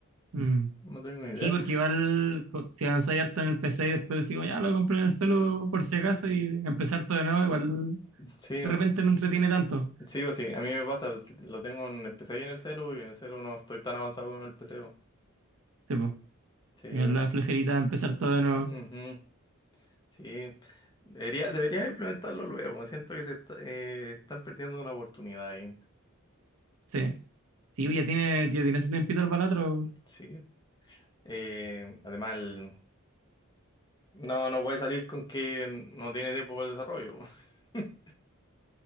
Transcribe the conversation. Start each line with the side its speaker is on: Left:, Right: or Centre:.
Right: Mm.
Left: no tengo ni idea.
Right: Sí, porque igual co- si avanzáis harto en el PC y después decimos, ya lo compré en el celu por si acaso y empezar todo de nuevo, igual
Left: Sí,
Right: de repente no entretiene tanto.
Left: Sí o sí, a mí me pasa, pues, que lo tengo en el PC y en el celu, y en el celu no estoy tan avanzado con el PC. po.
Right: Sí, pues,
Left: Sí,
Right: igual la flejerita de empezar todo de nuevo.
Left: ujú, sí. Debería, debería implementarlo luego, siento que se está- eh, están perdiendo una oportunidad ahí.
Right: Sí, sí, ya tiene, ya tiene su tiempito el balatro,
Left: Sí. Eh, además, el- no, no puede salir con que no tiene tiempo para el desarrollo. <laughs>